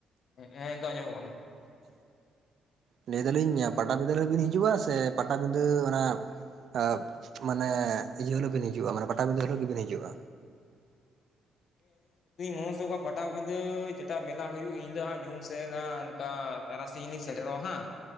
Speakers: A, on the left; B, on the right.
A: ᱮᱸᱼᱮᱸ ᱱᱤᱛᱚ ᱟᱸᱡᱚᱢᱚᱜ ᱠᱟᱱᱟ᱾
B: ᱞᱟᱹᱭ ᱫᱟᱞᱤᱧ ᱯᱟᱴᱟᱵᱤᱫᱟᱹ ᱨᱮ ᱵᱤᱱ ᱦᱤᱡᱩᱜᱼᱟ ᱥᱮ ᱯᱟᱴᱟᱵᱤᱫᱟᱹ ᱚᱱᱟ ᱮᱵ ᱢᱟᱱᱮ ᱤᱭᱟᱹ ᱦᱤᱞᱳᱜ ᱵᱤᱱ ᱦᱤᱡᱩᱜᱼᱟ ᱢᱟᱱᱮ ᱯᱟᱴᱟᱵᱤᱫᱟᱹ ᱦᱤᱞᱳᱜ ᱜᱮᱵᱤᱱ ᱦᱤᱡᱩᱜᱼᱟ᱾
A: <inaudible> ᱯᱟᱴᱟᱵᱤᱸᱫᱟᱹ ᱪᱮᱴᱟ ᱢᱮᱞᱟ ᱦᱩᱭᱩᱜ ᱤᱧ ᱫᱚ ᱦᱟᱸᱜ ᱧᱩᱦᱩᱢ ᱥᱮ ᱱᱟ ᱚᱱᱠᱟ ᱛᱟᱨᱟᱥᱤᱧ ᱞᱤᱧ ᱥᱮᱴᱮᱨᱚᱜᱼᱟ ᱦᱟᱸᱜ᱾